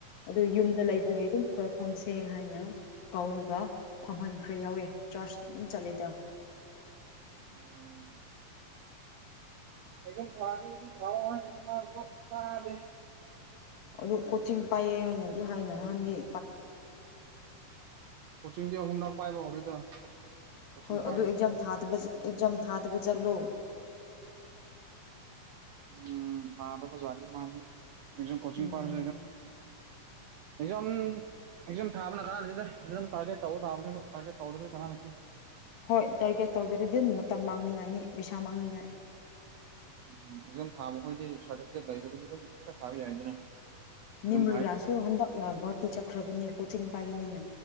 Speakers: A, on the left (about 80°); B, on the right (about 80°).
A: ꯑꯗꯨ ꯌꯨꯝꯗ ꯂꯩꯕꯒꯤ ꯑꯗꯨꯝ <unintelligible> ꯐꯝꯁꯦ ꯍꯥꯏꯅ ꯀꯥꯎꯔꯒ ꯐꯝꯍꯟꯈ꯭ꯔꯦ ꯌꯥꯎꯋꯦ ꯆꯥꯔꯆ ꯑꯗꯨꯝ ꯆꯠꯂꯦꯗ
B: ꯎꯝ ꯑꯦꯛꯖꯥꯝ ꯊꯥꯒ‌ꯦꯗꯤ ꯊꯥꯎꯑꯣ ꯍꯥꯏꯕꯅꯤ ꯃꯥꯁꯨ ꯇꯥꯗꯦ
A: ꯑꯗꯨ ꯀꯣꯆꯤꯡ ꯄꯥꯏꯌ‌ꯦ ꯍꯥꯏꯅꯗꯤ ꯍꯥꯏꯅ ꯅꯍꯟꯗꯤ
B: ꯀꯣꯆꯤꯡꯗꯤ ꯑꯍꯨꯝꯂꯛ ꯄꯥꯏꯕ ꯍꯧꯔꯦꯗ ꯀꯣꯆꯤꯡ
A: ꯍꯣꯏ
B: ꯄꯥꯏꯔ
A: ꯑꯗꯨ ꯑꯦꯛꯖꯥꯝ ꯊꯗꯕ ꯑꯦꯛꯖꯥꯝ ꯊꯥꯗꯕ ꯖꯥꯠꯂꯣ
B: ꯎꯝ ꯊꯥꯗꯕ ꯖꯥꯠꯅꯤ ꯃꯥꯁꯦ ꯑꯦꯛꯖꯥꯝ ꯀ‌ꯣꯆꯤꯡ‌
A: ꯎꯝ
B: ꯄꯥꯏꯔꯁꯨ ꯑꯦꯛꯖꯥꯝ ꯑꯦꯛꯖꯥꯝ ꯊꯥꯕꯅ ꯀꯥꯟꯅꯗ‌ꯦꯗ ꯑꯦꯛꯖꯥꯝ ꯇꯥꯔꯒꯦꯠ ꯇꯧꯕ ꯇꯥꯕꯅꯦꯕ ꯇꯥꯔꯒꯦꯠ ꯇꯧꯗ꯭ꯔꯗꯤ ꯀꯥꯟꯅꯗ‌ꯦ
A: ꯍꯣꯏ ꯇꯥꯔꯒꯦꯠ ꯇꯧꯗꯔꯗꯤ <unintelligible> ꯃꯇꯝ ꯃꯥꯡꯅꯤꯡꯉꯥꯏꯅꯤ ꯄꯩꯁꯥ ꯃꯥꯡꯅꯤꯡꯉꯥꯏ
B: ꯎꯝꯝ ꯑꯦꯛꯖꯥꯝ ꯊꯥꯕ ꯈꯣꯏꯗꯤ ꯁꯥꯔꯇꯤꯐꯤꯀꯦꯠ ꯂꯩꯔꯕꯗꯤ ꯑꯗꯨꯝ ꯈꯔ ꯊꯥꯕ ꯌꯥꯏꯗꯅ ꯑꯦꯛꯖꯥꯝ
A: ꯅꯤꯝꯃꯔꯤꯂꯥꯁꯨ
B: ꯊꯥꯏ
A: ꯍꯟꯗꯛꯅ ꯒꯨꯍꯥꯇꯤ ꯆꯠꯈ꯭ꯔꯕꯅꯤ ꯀꯣꯆꯤꯡ ꯄꯥꯏꯒꯅꯤꯅ